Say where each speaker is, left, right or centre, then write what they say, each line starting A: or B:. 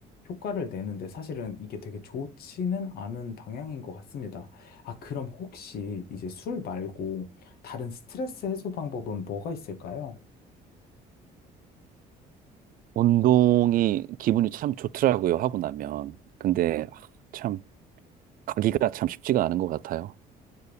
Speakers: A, on the left; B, on the right.
A: 효과를 내는데 사실은 이게 되게 좋지는 않은 방향인 것 같습니다. 아, 그럼 혹시 이제 술 말고 다른 스트레스 해소 방법은 뭐가 있을까요?
B: 운동이 기분이 참 좋더라고요, 하고 나면. 근데, 아, 참, 가기가 참 쉽지가 않은 것 같아요.